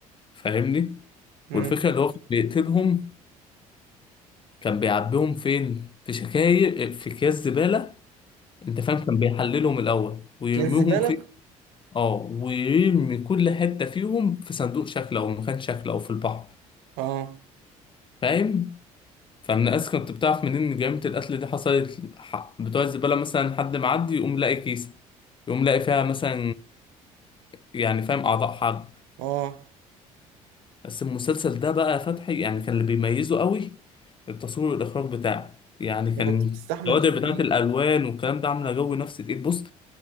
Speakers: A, on the left; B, on the right.
A: فاهمني؟
B: امم
A: والفكرة اللي هو بيقتلهم كان بيعبيهم فين في شكاير في اكياس زبالة انت فاهم كان بيحللهم الاول ويرميهم
B: اكياس زبالة
A: في اه ويرمي كل حتة فيهم في صندوق شكل او مكان شكل او في البحر
B: اه
A: فاهم فمن الناس كنت بتعرف منين ان جريمة القتل دي حصلت ح- بتوع الزبالة مثلا حد معدي يقوم لاقي كيسة يقوم لاقي فيها مثلا يعني فاهم اعضاء حد
B: اه
A: بس المسلسل ده بقى يا فتحي يعني كان اللي بيميزه قوي التصوير والإخراج بتاعه يعني
B: انت
A: كان
B: كنت بتستحمل
A: الكوادر
B: تجري
A: بتاعت الألوان والكلام ده عاملة جو نفسي تقيل بص